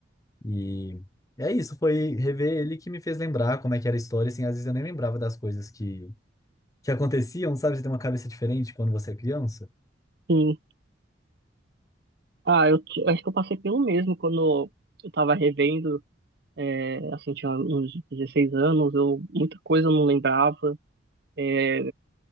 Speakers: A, on the left (about 20°); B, on the right (about 55°).
A: E é isso, foi rever ele que me fez lembrar como é que era a história, assim, às vezes eu nem lembrava das coisas que, que aconteciam, sabe? Você tem uma cabeça diferente quando você é criança.
B: sim. Ah, eu, t- eu acho que eu passei pelo mesmo quando eu tava revendo É, assim, tinha uns 16 anos, eu muita coisa eu não lembrava, é,